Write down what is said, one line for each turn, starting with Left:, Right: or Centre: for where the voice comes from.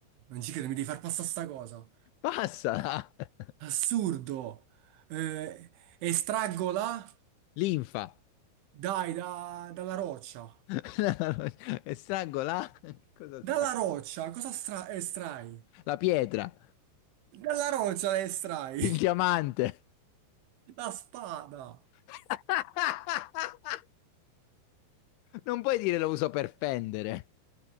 Right: Non ci credo, mi devi far passare sta cosa.
Left: Passa! <laughs>
Right: Assurdo! Eh, estraggo la...
Left: Linfa!
Right: Dai, da- dalla roccia.
Left: <laughs> È strangola? Che cosa
Right: Dalla
Left: strangola?
Right: roccia, cosa stra- eh, estrai?
Left: la pietra,
Right: Dalla roccia la estrai,
Left: il diamante.
Right: la spada.
Left: <laughs> non puoi dire lo uso per fendere.